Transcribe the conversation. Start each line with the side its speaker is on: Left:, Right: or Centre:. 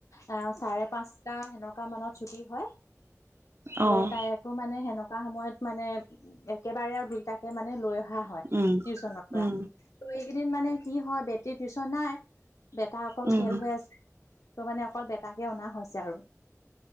Left: অ চাৰে পাঁচটা সেনেকুৱা মানত ছুটি হয় ত'
Right: অ',
Left: তাইকো মানে সেনেকুৱা সময়ত মানে একেবাৰে আৰু দুইটাকে মানে লৈ অহা হয়
Right: উম,
Left: টিউচনৰ পৰা
Right: উম,
Left: ত' এইকেইদিন মানে কি হয় বেট টিউশন নাই বেটা অকল
Right: উম,
Left: খেল হৈ আছে ত' মানে অকল বেটাকে অনা হৈছে আৰু